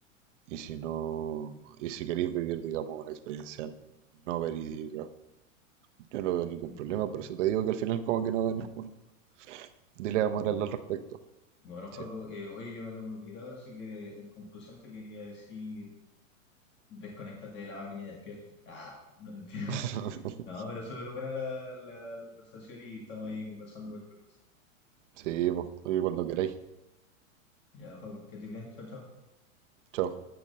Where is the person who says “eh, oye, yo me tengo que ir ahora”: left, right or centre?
Left